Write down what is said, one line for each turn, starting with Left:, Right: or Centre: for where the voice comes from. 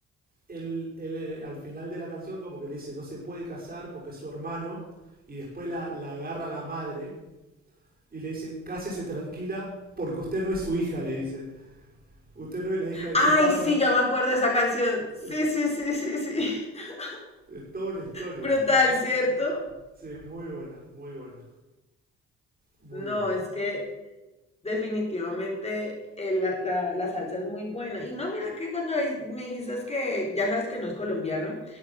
Right: él, él, eh, al final de la canción como que le dice no se puede casar porque es su hermano y después la, la agarra la madre y le dice cásese tranquila porque usted no es su hija, le dice. Usted no es la hija de
Left: Ay,
Right: su padre.
Left: sí, ya me acuerdo de esa canción.
Right: Sí,
Left: Sí, sí, sí, sí, sí. <laughs>
Right: es toda una historia.
Left: Brutal,
Right: ¿no?
Left: ¿cierto?
Right: Sí. Sí, muy buena, muy buena, muy
Left: No,
Right: buena.
Left: es que Definitivamente eh, la, la- la salsa es muy buena. Y no, mira que cuando di- me dijiste es que ya sabes que no es colombiano,